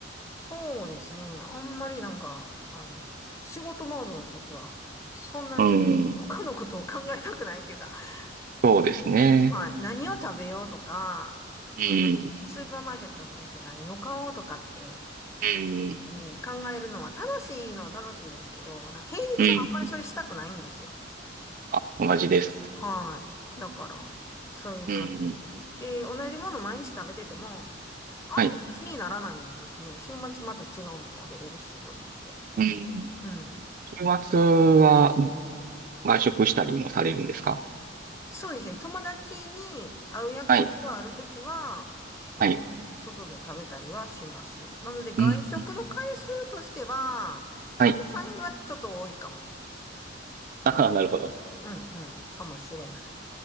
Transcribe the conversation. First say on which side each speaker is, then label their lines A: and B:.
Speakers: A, on the left (about 15°); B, on the right (about 45°).
A: そうですね。あんまりなんか、あの、仕事モードの時は、そんなに他のことを考えたくないっていうか、
B: うーん。
A: <laughs>
B: そうですね。
A: はい。何を食べようとか、
B: うん。
A: スーパーマーケットに行って何を買おうとかって
B: うん。
A: に考えるのは楽しいのは楽しいですけど、なんか平日はあんまりそれしたくないんですよ。
B: うん。あ、同じです。
A: はい。だから、そういう感じですね。
B: うん。
A: で、同じもの毎日食べてても、あんまり気にならないんですね。
B: はい。
A: 週末また違うの食べれるしと思って。
B: うん。
A: うん。
B: 週末は外食したりもされるんですか
A: そうですね。友達に会う約束があるときは、
B: はい。
A: あ、
B: はい。
A: 外で食べたりはします。なので、外食の回数としては、
B: うん。
A: 佐藤さんよりはちょっと多いかも。
B: はい。<laughs> ああ、なるほど。
A: うんうん。かもしれない